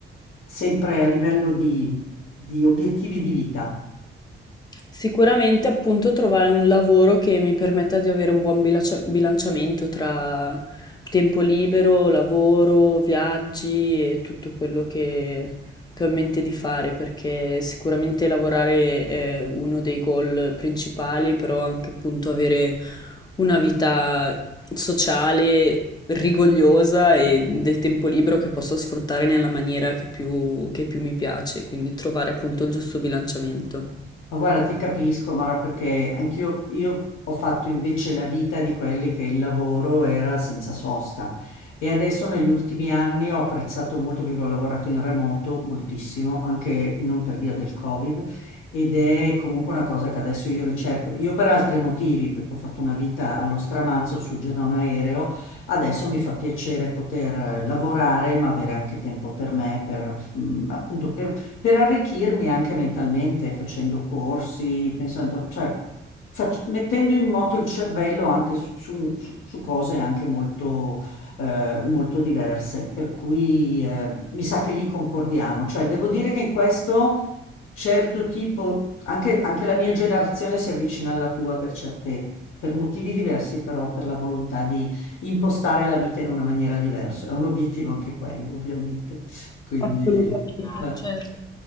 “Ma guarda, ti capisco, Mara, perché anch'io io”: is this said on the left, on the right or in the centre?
Left